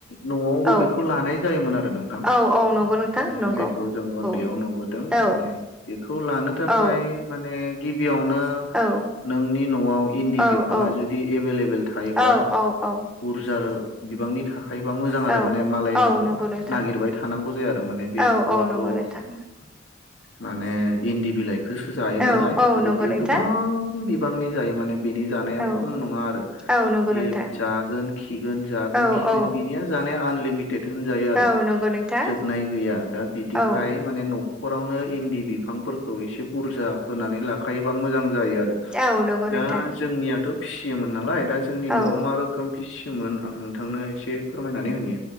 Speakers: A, on the left (about 70°); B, in the centre.
A: न'आवबो
B: औ
A: बेखौ लानाय जायोमोन आरो नोंथां
B: औ औ नंगौ नोंथां
A: जों <unintelligible>
B: नंगौ
A: <unintelligible> जों उन्दैयाव
B: औ
A: नुबोदों
B: औ
A: माने बेखौ लानो थाखाय
B: औ
A: माने गिबियावनो
B: औ
A: नोंनि न'आव इन्दि
B: औ
A: बिफांङा
B: औ
A: जुदि एभेलेबेल थायोबा
B: औ औ औ
A: बुरजार बिबांनि थाखाय थायोबा मोजां आरो
B: औ
A: माने मालायनाव
B: औ नंगौ नोंथां
A: नागिरबाय थानांगौ जाया आरो माने बे
B: औ
A: एम्फौआथ'
B: औ नंगौ नोंथां <inaudible>
A: माने इन्दि बिलाइ बेखौसो जायो नालाय
B: औ औ
A: आरो
B: नंगौ
A: बियो
B: नोंथां
A: गोबां बिबांनि जायो माने बिनि जानाया
B: औ
A: खम नंङा आरो।
B: औ नंगौ
A: बियो
B: नोंथां,
A: जागोन खिगोन जागोन
B: औ
A: खिगोन
B: औ
A: बिनिया जानाया आनलिमिटेड होनजायो आरो।
B: औ नंगौ नोंथां
A: जोबनाय गैया दा बिदिखाय
B: औ
A: माने नखर न'खरावनो इन्दि बिफांफोरखौ एसे बुरजा फोनानै लाखायोबा मोजां! <unintelligible> आरो
B: औ नंगौ नोंथां
A: दा जोंनियाथ फिसियोमोन नालाय दा जोंनि
B: औ
A: न'आव मा रोखोम फिसि मोन आं नोंथांनो एसे फोरमायनानै होनि।